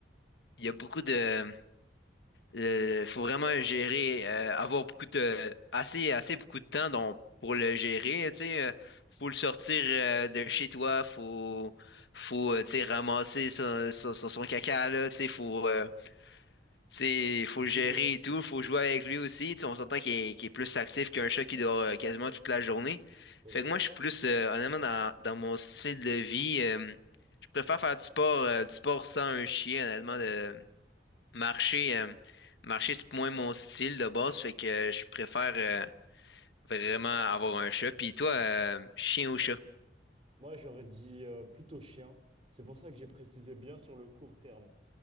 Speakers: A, on the left; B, on the right.
A: il y a beaucoup de. euh, faut vraiment gérer, euh, avoir beaucoup de. Assez, assez beaucoup de temps donc, pour le gérer, tu sais. euh, faut le sortir euh, de chez toi, faut, faut euh, tu sais, ramasser son, son, son- son caca, là, tu sais, faut. euh,
B: Bon,
A: C'est, faut
B: compliqué,
A: le gérer et tout, faut jouer avec lui aussi. Tu sais, on s'entend qu'il est, qu'il est plus actif qu'un chat qui dort euh, quasiment toute la journée.
B: c'est
A: Fait
B: vrai.
A: que moi, je suis plus, euh, honnêtement, dans, dans mon style de vie, euh, je préfère faire du sport, euh, du sport sans un chien, honnêtement, de marcher, euh, marcher, c'est moins mon style de base. Fait que euh, je préfère euh, vraiment avoir un chat. Puis toi, euh, chien ou chat?
B: Moi, j'aurais dit euh, plutôt chien. C'est pour ça que j'ai précisé bien sur le court terme.